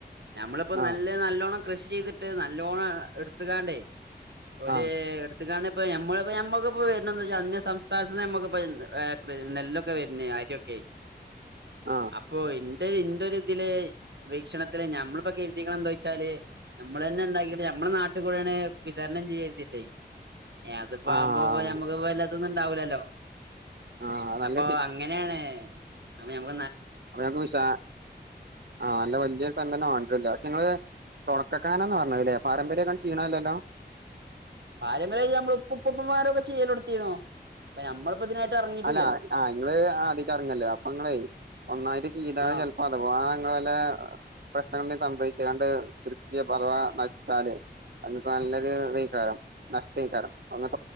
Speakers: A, on the right; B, on the right.
A: നമ്മളിപ്പ
B: ആഹ്
A: നല്ല നല്ലോണം കൃഷി ചെയ്തിട്ട് നല്ലോണം എടുത്തക്കാണ്ടേ ഒരു
B: ആഹ്
A: എടുത്ത്ക്കാണ്ട് ഇപ്പഞമ്മളിപ്പോ നമ്മക്കിപ്പോ വരുന്ന എ വെച്ചാ അന്യ സംസ്ഥാനത്ത് നി നമ്മക്കിപ്പ നെല്ലൊക്കെ വരുന്ന ആരിയൊക്കെയി
B: ആഹ്
A: അപ്പോ എ എന്റൊരിതില് വീക്ഷണത്തില് ഞമ്മളിപ്പോ കരുതീക്കണ എന്താ വെച്ചാല് നമ്മള് തന്നെ ഉണ്ടാക്കിട്ട നമ്മെ നാട്ടിൽ കൂടാണ് വിതരണം ചെയ്യ കരുതിട്ടേ ഏ അതിപ്പോകുമ്പോ
B: ആഹ്
A: നമ്മക്ക് വല്ലാത്തൊന്നും ഇണ്ടാവില്ലല്ലോ
B: ആഹ് നല്ല
A: അപ്പൊ അങ്ങനെയാണ് അപ്പൊ നമ്മ
B: അ ഞക്ക് വിശാ ആഹ് നല്ല വല്യയ സംന്ന വേണ്ടിട്ടില്ല പക്ഷെ നിങ്ങള്ങ്ങള് തുടക്കക്കാനന്ന് പറഞ്ഞല്ലേ പാരമ്പര്യങ്ങ ക്ഷീണല്ലല്ലോ
A: പാരമ്പര്യഞമ്മൾ ഉപ്പുംപ്പപ്പുംമാരം ഒക്കെ ചെയ്യലെടുത്തിന്നോ നമ്മള് ഇതിനായിട്ട് ഇറങ്ങിയിട്ടില്ലല്ലോ
B: അല്ല ആ നിങ്ങള് ആദ്യിക്ക ഇറങ്ങല്ലേ അപ്പൊ നിങ്ങളെ ഒന്നായിരം ചെയ്താ
A: ആഹ്
B: ചിലപ്പോ അഥവാ ല പ്രശ്നങ്ങളിൽ സംഭവിച്ചു അതണ്ട് കൃഷിക്ക് പഥവ നശിച്ചാല് അ നല്ലൊരു ഇതക്കാരം നഷ്ടക്കാരം അടങ്ങ